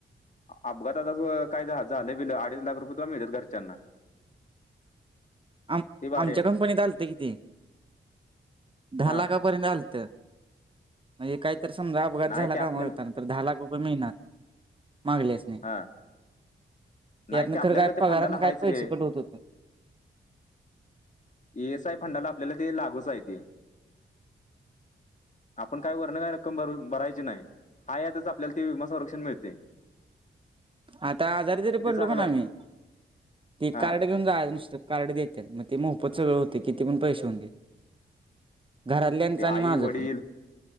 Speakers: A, on the left (about 35°); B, on the right (about 25°).
A: अपघातातं काय झालं बिलं अडीच लाख रुपये तुला मिळत्यात घरच्यांना
B: आम
A: ते भारी
B: आमच्या
A: आहे
B: कंपनीत आलत कि ते दहा
A: हा
B: लाखापर्यंत आलत म्हणजे काहीतर समजा अपघात
A: नाही
B: झाला
A: ते
B: कामावर
A: आपल्याला
B: जाताना तर दहा लाख रुपये मिळणार मागल्यास
A: हा
B: त्यातन
A: नाही ते आपल्याला
B: खर काय
A: का ते
B: पगारातन
A: फंडाला
B: काय
A: हायच
B: पैसे
A: रे.
B: कट होत होते
A: ए एस आय फंडाला आपल्याला ते लागूच आहे ते
B: <unintelligible>
A: आपण काही वर्ण काय रक्कम भर भरायची नाही हा यातच आपल्याला ते विमा संरक्षण मिळतय
B: आता आजारी जरी
A: ते
B: पडलो
A: चांगलं
B: का ना
A: आहे
B: आम्ही ते
A: हा
B: कार्ड घेऊन जायचं नुसत कार्ड देत्यात मग ते मोफत सगळं होते किती पण पैसे होऊ देत घरातल्यांचं
A: ते आई
B: आणि माझं
A: वडील
B: पण